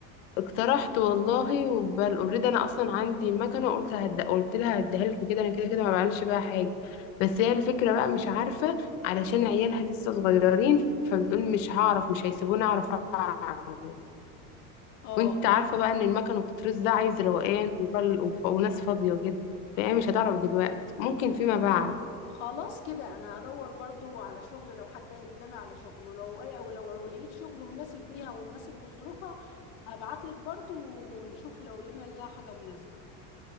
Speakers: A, on the left; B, on the left.
A: اقترحت والله وبل اوريدي انا اصلا عندي مكنه قلت هد... قلت لها هديها لكم كده انا كده كده ما بعملش بيها حاجه بس هي الفكره بقى مش عارفه علشان عيالها لسه صغيرين فبتقول مش هعرف مش هيسيبوني اعرف اعمل
B: اه
A: وانت عارفه بقى ان المكن وتترس ده عايز روقان وبل... وف... وناس فاضيه وكده فهي مش هتعرف دلوقتي ممكن فيما بعد
B: خلاص كده انا هدور برضو على شغل لو حد قال قدامي على شغل ولو ولو لقيت شغل مناسب ليها ومناسب لظروفها هبعت لك برضو ونشوف لو لقينا ليها حاجه مناسبه